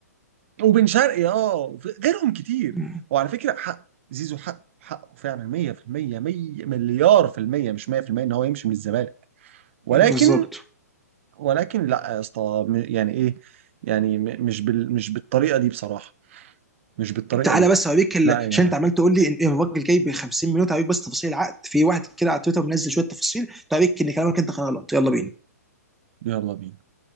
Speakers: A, on the right; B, in the centre.
A: وبن شرقي اه وف- غيرهم كتير
B: مم.
A: هو على فكره حق زيزو حقه حقه فعلا 100% 100 مليار في المية مش 100% ان هو يمشي من الزمالك ولكن
B: بالظبط
A: ولكن لا يا اسطى م- يعني ايه يعني م- مش بال مش بالطريقه دي بصراحه مش بالطريقه
B: تعالى
A: دي
B: بس اوريك ال-
A: لا يا جماعه
B: عشان انت عمال تقول لي ان إن الراجل جاي ب 50 مليون تعالى بس تفاصيل العقد في واحد كده على تويتر منزل شويه تفاصيل تعالى ان كلامك انت غلط يلا بينا
A: يلا بينا